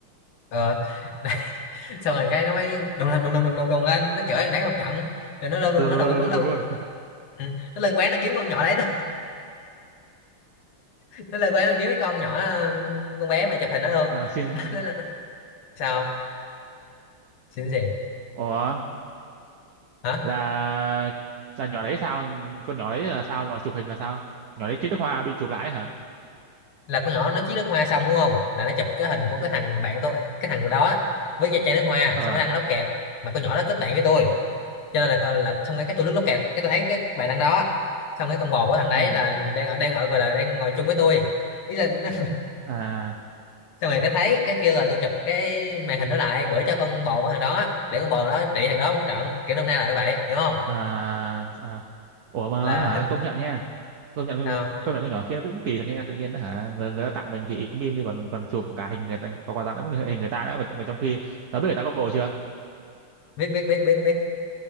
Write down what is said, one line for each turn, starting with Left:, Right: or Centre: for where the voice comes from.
Left: ờ <laughs> đấy. xong rồi cái nó mới đùng đùng đùng đùng đùng đùng đùng lên nó chửi thằng đấy một trận rồi nó lên
Right: đúng,
Left: luôn nó
Right: đúng,
Left: đầu nó
Right: đúng, đúng
Left: lên
Right: đúng luôn
Left: ừ. nó lên quán nó kiếm con nhỏ đấy nó, <laughs> nó lên quán nó kiếm cái con nhỏ ừ, con bé mà chụp hình nó luôn
Right: Ờ, xin
Left: <laughs> nó, nó, sao xin gì
Right: ủa
Left: hả
Right: là là nhỏ đấy sao con nhỏ đấy là sao mà chụp hình là sao nhỏ đấy chết nước hoa bị chụp lại hả
Left: là con nhỏ nó chiết nước hoa xong đúng không là nó chụp cái hình của
Right: ừ
Left: cái thằng bạn tôi cái thằng đó với cái chai nước hoa
Right: ờ
Left: xong nó đăng lóc kẹt mà con nhỏ đó kết bạn với tôi cho nên là con là xong cái cái tôi lướt lóc kẹt cái tôi thấy cái bài đăng đó xong cái con bồ của thằng đấy
Right: ừ
Left: là đang ở đang ở gọi là đang ngồi chung với tôi ý là nó
Right: à
Left: xong rồi cái thấy cái kêu là tôi chụp cái màn hình đó lại gửi cho con bồ của thằng đó để con bồ đó trị thằng đó một trận kiểu năm nay là như vậy hiểu không
Right: à à ủa mà
Left: là
Right: hả
Left: hình
Right: công nhận nha công nhận con
Left: tao
Right: công nhận con nhỏ kia nó cũng kỳ thật nha tự nhiên hả người, người ta tặng mình thì im im đi còn còn chụp cả hình người ta có quà tặng lẫn hình người ta đó mà, mà trong khi nó biết người ta có bồ chưa
Left: biết biết biết biết biết